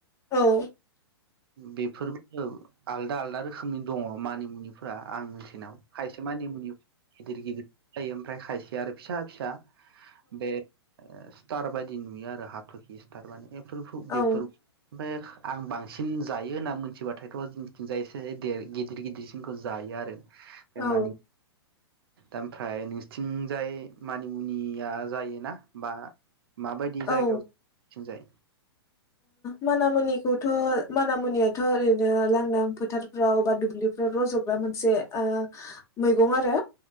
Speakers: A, on the left; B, on the right.
A: औ
B: बेफोरबो आलदा आलदा रोखोमनि दङ मानिमुनिफोरा आं मिथिनायाव खायसे मानिमुनि गिदिर गिदिर थायो ओमफ्राय खायसे आरो फिसा फिसा बे स्टार बायदि नुयो आरो हाथरखि स्टार माने बेफोरखौ बेफोर
A: औ
B: ओमफ्राय आं बांसिन जायो होनना मिथिबाथायथ' जोंनिथिजाय एसे देर गिदिर गिदिरसिनखौ जायो आरो बे
A: औ
B: मानि दा थाय नोंसोरथिंजाय मानिमुनिया जायोना बा? माबायदि जायगायाव
A: ओ
B: थिंजाय
A: मानामुनिखौथ' मानामुनियाथ' ओरैनो लांदां फोथार फ्राव बा दुब्लिफ्राव रज'ग्रा मोनसे ओ मैगं आरो